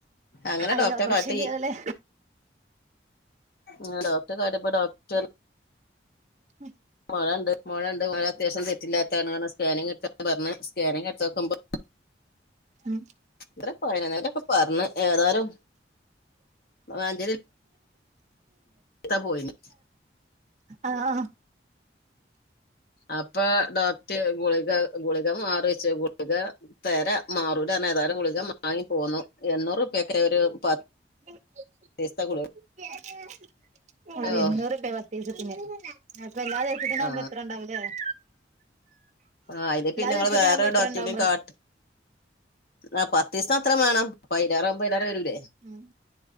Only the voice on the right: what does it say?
അയില്
ഓപ്പറേഷൻ
ചെയ്യാറില്ലേ
ഉം
ഉം
ആഹ് ആഹ്
<inaudible>
ആ
ഇരുനൂർ രൂപ പത്തു ദിവസത്തിന് അപ്പൊ എല്ലാ ദിവസത്തിന് എത്ര
റുപ്യ ഇണ്ടാവും
ദിവസത്തിനും
ആവുമ്പോ എത്ര
ഉണ്ടാവും പറ
ഉം